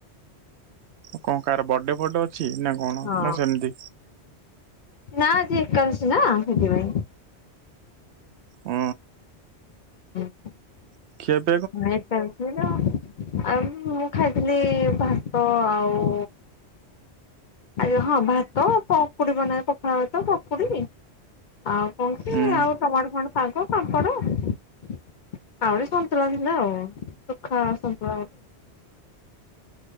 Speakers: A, on the right; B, on the left.
A: କଣ କାହାର ବଡେ ଫଡେ ଅଛି ନା କଣ
B: ହଁ
A: ନା ସେମିତି
B: ନା ଆଜି ଏକାଦଶି ନା ସେଥିପାଇଁ।
A: ଓ
B: <inaudible>
A: <unintelligible>
B: <unintelligible> <unintelligible> ଆଉ ମୁଁ ଖାଇଥିଲି ଭାତ ଆଉ ଆଜ୍ଞା ହଁ ଭାତ ପକୁଡି ବନାଏ <unintelligible> ପଖାଳ ଭାତ ପକୁଡି। ଆଉ କଣକି
A: ହୁଁ
B: ଆଉ ଟମାଟ ଫମାଟ ସାଗ, ପାମ୍ପଡ‌ ଆଉ ଗୋଟେ ସ <unintelligible> ସୁଖା ସନ୍ତୁଳା ଭଳିଆ।